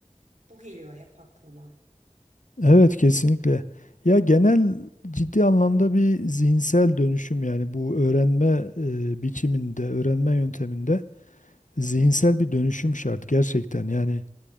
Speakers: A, on the right; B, on the left.
A: Bu geliyor hep aklıma.
B: Evet kesinlikle. Ya genel ciddi anlamda bir zihinsel dönüşüm yani bu öğrenme e, biçiminde, öğrenme yönteminde zihinsel bir dönüşüm şart gerçekten. Yani